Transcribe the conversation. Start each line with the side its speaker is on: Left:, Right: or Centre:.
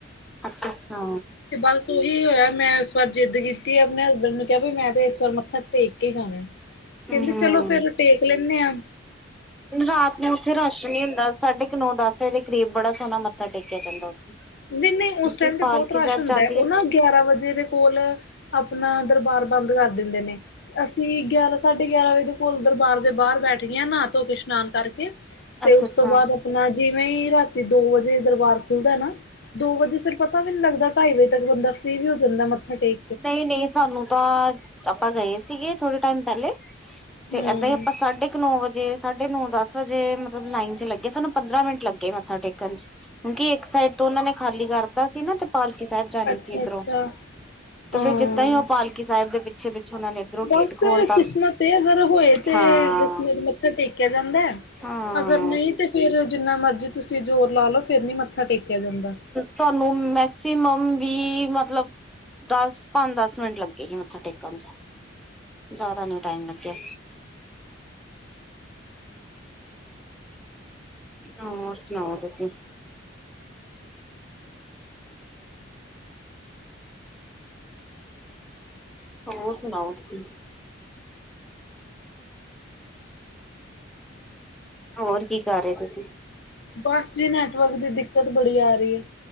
Centre: ਅੱਛਾ - ਅੱਛਾ
Left: ਤੇ ਬਸ ਉਹੀ ਹੋਇਆ ਮੈਂ ਇਸ ਵਾਰ ਜਿੱਦ ਕੀਤੀ ਆਪਣੇ ਹਸਬੈਂਡ ਨੂੰ ਕਿਹਾ ਵੀ ਮੈਂ ਤੇ ਇਸ ਵਾਰ ਮੱਥਾ ਟੇਕ ਕੇ ਹੀ ਜਾਣਾ ਕਹਿੰਦੇ
Centre: ਹਮ
Left: ਚਲੋ ਫੇਰ ਟੇਕ ਲੈਂ ਨੇ ਆਂ
Centre: ਰਾਤ ਨੂੰ ਉੱਥੇ ਰਸ਼ ਨਹੀਂ ਹੁੰਦਾ ਸਾਢੇ ਕੁ ਨੌ ਦਸ ਵਜੇ ਦੇ ਕਰੀਬ ਬੜਾ ਸੋਹਣਾ ਮੱਥਾ ਟੇਕਿਆ ਜਾਂਦਾ ਉੱਥੇ
Left: ਨਹੀਂ - ਨਹੀਂ ਉਸ ਟਾਈਮ
Centre: ਕਿ
Left: ਤੇ
Centre: ਪਾਲਕੀ
Left: ਬਹੁਤ ਰਸ਼
Centre: ਸਾਹਿਬ
Left: ਹੁੰਦਾ
Centre: ਜਾਂਦੀ
Left: ਉਹ
Centre: ਹੈ
Left: ਨਾ ਗਿਆਰਾਂ ਵਜੇ ਦੇ ਕੋਲ ਆਪਣਾ ਦਰਬਾਰ ਬੰਦ ਕਰ ਦਿੰਦੇ ਨੇ ਅਸੀਂ ਗਿਆਰਾਂ ਸਾਢੇ ਗਿਆਰਾਂ ਵਜੇ ਦੇ ਕੋਲ ਦਰਬਾਰ ਦੇ ਬਾਹਰ ਬੈਠ ਗਏ ਨਾਹਾ ਧੋ ਕੇ ਇਸ਼ਨਾਨ ਕਰਕੇ ਤੇ
Centre: ਅੱਛਾ
Left: ਉਸ
Centre: ਅੱਛਾ
Left: ਤੋਂ ਬਾਅਦ ਆਪਣਾ ਜਿਵੇਂ ਰਾਤੀ ਦੋ ਵਜੇ ਦਰਬਾਰ ਖੁੱਲਦਾ ਨਾ ਦੋ ਵਜੇ ਫੇਰ ਪਤਾ ਵੀ ਨੀ ਲੱਗਦਾ ਢਾਈ ਵਜੇ ਤੱਕ ਬੰਦਾ ਫਰੀ ਵੀ ਹੋ ਜਾਂਦਾ ਮੱਥਾ ਟੇ
Centre: ਨਹੀਂ - ਨਹੀਂ ਸਾਨੂੰ ਤਾਂ ਆਪਾਂ ਗਏ ਸੀਗੇ ਥੋੜੇ ਟਾਈਮ ਪਹਿਲੇ ਤੇ
Left: ਹੂੰ।
Centre: ਇੱਦਾਂ ਹੀ ਆਪਾਂ ਸਾਢੇ ਕੁ ਨੌ ਵਜੇ ਸਾ ਨੋ ਦਸ ਵਜੇ ਮਤਲਬ ਲਾਈਨ ਚ ਲੱਗੇ ਸਾਨੂੰ ਪੰਦਰਾਂ ਮਿੰਟ ਲੱਗੇ ਮੱਥਾ ਟੇਕਣ ਚ ਕਿਉਂਕਿ ਇੱਕ ਸਾਈਡ ਤੋਂ ਉਹਨਾ ਨੇ ਖਾਲੀ ਕਰਤਾ ਸੀ ਨਾ ਤੇ ਪਾਲਕੀ ਸਾਹਿਬ ਜਾਣੀ
Left: ਅੱਛਾ
Centre: ਸੀ ਇਧਰੋਂ
Left: ਅੱਛਾ
Centre: ਤੇ
Left: ਹਾਂ
Centre: ਫੇਰ ਜਿੱਦਾਂ ਹੀ ਉਹ ਪਾਲਕੀ ਸਾਹਿਬ ਦੇ ਪਿੱਛੇ - ਪਿੱਛੇ ਉਹਨਾਂ ਨੇ ਇੱਧਰੋਂ ਗੇਟ
Left: ਬਸ
Centre: ਖੋਲਤਾ
Left: ਕਿਸਮਤ ਤੇ ਅਗਰ ਹੋਏ ਤੇ
Centre: ਹਾਂ
Left: ਜਮੇਤ <unintelligible> ਮੱਥਾ ਟੇਕਿਆ ਜਾਂਦਾ ਹੈ
Centre: ਹਾਂ
Left: ਅਗਰ ਨਹੀਂ ਤੇ ਫੇਰ ਜਿਨਾ ਮਰਜ਼ੀ ਤੁਸੀਂ ਜ਼ੋਰ ਲਾ ਲਓ ਫੇਰ ਨੀ ਮੱਥਾ ਟੇਕਿਆ ਜਾਂਦਾ।
Centre: ਸਾਨੂੰ ਮੈਕਸੀਮਮ ਵੀ ਮਤਲਬ ਦਸ ਪੰਜ ਦਸ ਮਿੰਟ ਲੱਗੇ ਮੱਥਾ ਟੇਕਣ ਚ। ਜਾਦਾ ਨੀ ਟਾਈਮ ਲੱਗੇਆ। ਹੋਰ ਸੁਣਾਓ ਤੁਸੀਂ। ਹੋਰ ਸੁਣਾਓ ਤੁਸੀਂ। ਹੋਰ ਕੀ ਕਰ ਰੇ ਤੁਸੀਂ।
Left: ਬਸ ਜੀ ਨੈਟਵਰਕ ਦੀ ਦਿੱਕਤ ਬੜੀ ਆ ਰੀ ਏ।